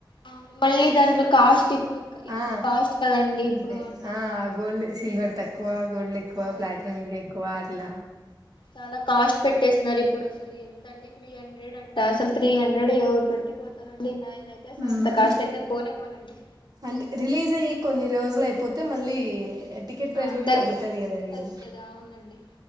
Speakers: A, on the left; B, on the right.
A: అవును మళ్ళీ దాంట్లో కాస్ట్ ఇప్పుడు ఎక్కువ
B: ఆ
A: కాస్ట్ కదండి ఇప్పుడు
B: అదే
A: అంటే
B: ఆ
A: ఇంకా
B: గోల్డ్ సిల్వర్ తక్కువ గోల్డ్ ఎక్కువ
A: ఆ
B: ప్లాటిన ఇంకా ఎక్కువ అట్లా
A: చాలా కాస్ట్ పెట్టేస్తున్నారు ఇప్పుడు అసలు ఎంతండి త్రీ హండ్రెడ్ అంట అసలు త్రీ హండ్రెడ్ పెట్టిపోతారండి నాయన అయితే అసలు
B: మ్మ్
A: అంత కాష్టట్ అయితే పోనే పోనండి
B: అంటే రిలీజ్ అయ్యి కొన్ని రోజులు అయిపోతే మళ్ళీ టికెట్ ప్రైస్
A: ఆ
B: కూడా
A: తగ్గు
B: తగ్గుతుది కదండి
A: తగ్గుతది అవునండి